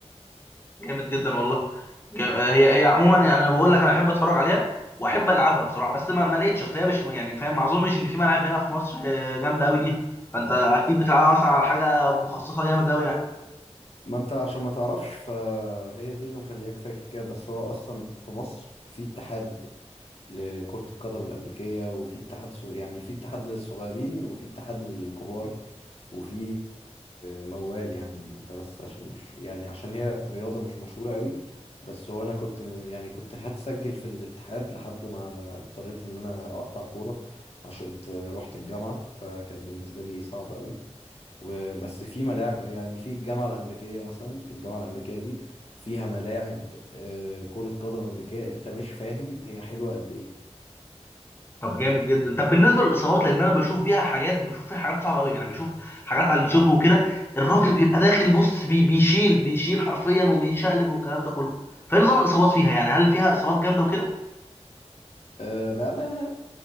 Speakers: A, on the left; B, on the left.
A: جامد جدا والله جا- هي هي عموما يعني انا بقول لك انا بحب اتفرج عليها واحب العبها بصراحه بس ما ما لقيتش اصل هي مش يعني فاهم ما اظنش ان في ملاعب هنا في مصر آه، جامده قوي ليها فانت اكيد بتلعبها مثلا على حاجه مخصصه جامد قوي يعني
B: ما انت عشان ما تعرفش فهي دي اللي مخلياك فاكر كده بس هو اصلا في مصر في اتحاد لكرة القدم الأمريكية وفي اتحاد ص- يعني في اتحاد للصغيرين وفي اتحاد للكبار وفي موال يعني انت بس عشان مش يعني عشان هي رياضة مش مشهورة قوي بس هو انا كنت م- يعني كنت هتسجل في الاتحاد لحد ما اضطريت ان انا اقطع كورة عشان ت- رحت الجامعة فكان بالنسبة لي صعب قوي وبس في ملاعب يعني في الجامعة الأمريكية مثلا الجامعة الأمريكية دي فيها ملاعب آه، كرة قدم أمريكية انت مش فاهم هي حلوة قد ايه
A: طب جامد جدا طب بالنسبه للاصابات لان انا بشوف بيها حاجات بشوف فيها حاجات صعبه قوي يعني بشوف حاجات على اليوتيوب وكده الراجل بيبقى داخل بص بي بيشيل بيشيل حرفيا وبيشقلب والكلام ده كله فايه نظام الاصابات فيها يعني هل فيها اصابات جامده وكده؟
B: آه، بأمانة